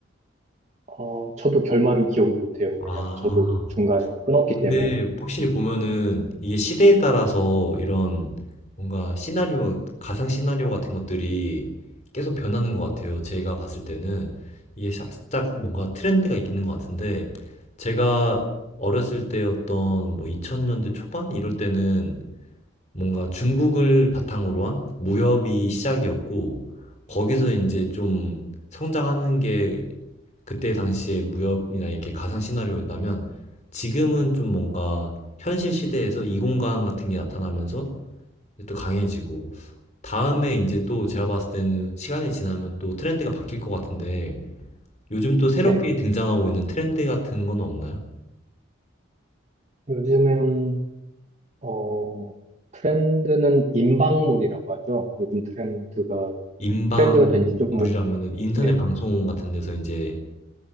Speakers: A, on the right; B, on the left.
A: 어, 저도 결말은 기억을 못해요.
B: 아.
A: 왜냐면 저도 중간에 끊었기
B: 근데
A: 때문에.
B: 확실히 보면은 이게 시대에 따라서 이런 뭔가 시나리오, 가상 시나리오 같은 것들이 계속 변하는 것 같아요. 제가 봤을 때는 이게 살짝 뭔가 트렌드가 있는 것 같은데 제가 어렸을 때였던 뭐 2000년대 초반 이럴 때는 뭔가 중국을 바탕으로 한 무협이 시작이었고, 거기서 이제 좀 성장하는 게 그때 당시의 무협이나 이렇게 가상 시나리오였다면, 지금은 좀 뭔가 현실 시대에서 이공간 같은 게 나타나면서 또 강해지고, 다음에 이제 또 제가 봤을 때는 시간이 지나면 또 트렌드가 바뀔 것 같은데, 요즘 또 새롭게
A: 네.
B: 등장하고 있는 트렌드 같은 건 없나요?
A: 요즘엔, 어, 트렌드는 인방물이라고 하죠. 요즘 트렌드가,
B: 인방물이라면은
A: 트렌드가 된지 좀, 뭐-
B: 인터넷
A: 네.
B: 방송 같은 데서 이제